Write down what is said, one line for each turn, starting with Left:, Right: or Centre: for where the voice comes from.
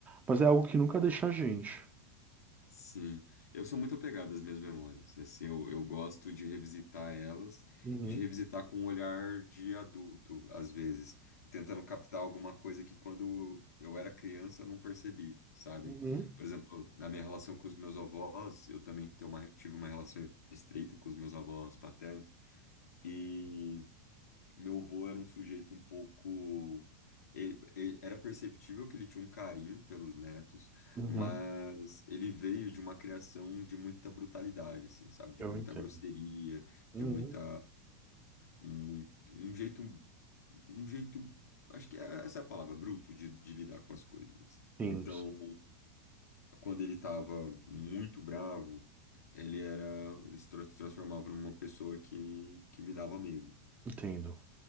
Right: Mas é algo que nunca deixa a gente.
Left: sim. Eu sou muito apegado às minhas memórias, assim, eu, eu gosto de revisitar elas,
Right: Uhum.
Left: de revisitar com um olhar de adulto, às vezes, tentando captar alguma coisa que quando eu era criança eu não percebi, sabe?
Right: Uhum.
Left: Por exemplo, na minha relação com os meus avós, eu também tenho uma, tive uma relação estreita com os meus avós paternos, e... Meu avô era um sujeito um pouco. ele- ele- era perceptível que ele tinha um carinho pelos netos,
Right: Uhum.
Left: mas ele veio de uma criação de muita brutalidade, assim, sabe? De
Right: Eu
Left: muita
Right: entendo.
Left: grosseria,
Right: Uhum.
Left: de muita. muito- um jeito. Um jeito. Acho que é- essa é a palavra, bruto, de, de lidar com as coisas.
Right: Sim,
Left: Então,
Right: sim,
Left: quando ele estava muito bravo, ele era. Ele se tran- se transformava numa pessoa que, que me dava medo.
Right: entendo.